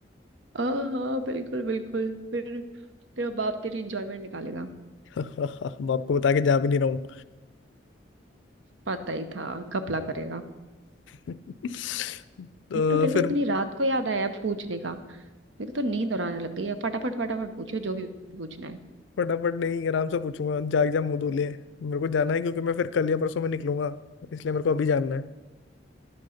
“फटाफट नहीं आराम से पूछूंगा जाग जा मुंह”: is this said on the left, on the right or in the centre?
Left